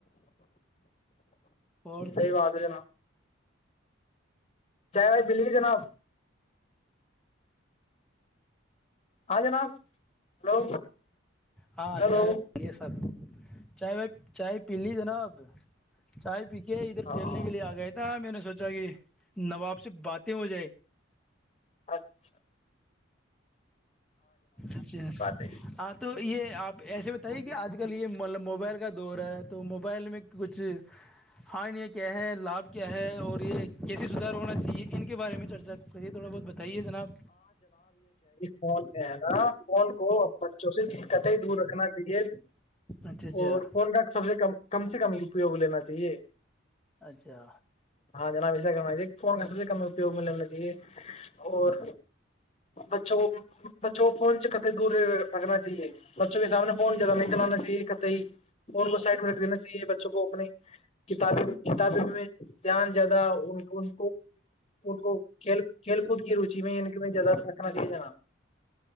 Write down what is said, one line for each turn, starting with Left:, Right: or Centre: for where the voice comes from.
Centre: اور
Left: صحی بات ہے ہے نا چائے وائے ملیے جناب ہاں جناب ہلو
Centre: ہاں اچھا
Left: ہلو
Centre: ہے سر چائے و چائے پی لی جناب چائے پی کے ادھر
Left: ہاں
Centre: ٹھیلنے کے لیے آ گیا تھا میں نے سوچا کہ نواب سے باتیں ہو جائے
Left: اچھا
Centre: اچھا
Left: ہے
Centre: ہاں تو یہ آپ ایسے بتائیے کہ آج کل یہ موبائل کا دور ہے تو موبائل میں کچھ ہاں نہیں کیا ہے لابھ کیا ہے اور یہ کیسے سدار ہونا چاہیے ان کے بارے میں چرچا کریے تھوڑا بہت بتائیے جناب
Left: ہو ج نا کوون کو بچوں سے کت ہی دور رکھنا چاہیے
Centre: اچھا اچھا
Left: اور کون کاا سبز کام کم سے کم یہ اپیوگ لینا چاہیے
Centre: اچھا
Left: ہاں جناب ایسا کرنا چاہی فون کا سب سے کم اپوگ میں لینا چاہیے اور بچوں کو بچوں کو فون سے کتے دور پکنا چاہیے بچوں کے سامنے فون زیادہ نہیں چلانا چ کت فون کو سائڈ مٹ دا چاہیے بچوں کو اپنے کتابیں کتابیں میں دھیان زیادہ ان کو ان کو کل کھیل کود کی روچی میں ان زیادہ رکھنا چاہیے جناب